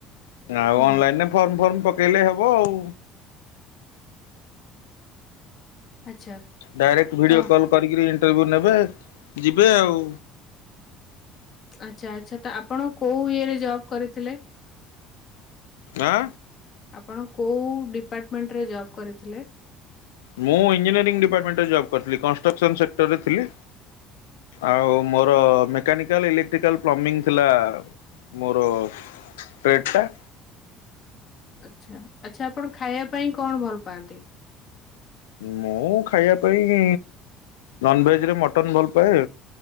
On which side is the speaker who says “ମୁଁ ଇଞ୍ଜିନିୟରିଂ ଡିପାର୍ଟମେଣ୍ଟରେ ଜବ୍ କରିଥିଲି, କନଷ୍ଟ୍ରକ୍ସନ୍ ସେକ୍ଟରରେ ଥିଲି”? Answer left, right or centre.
Left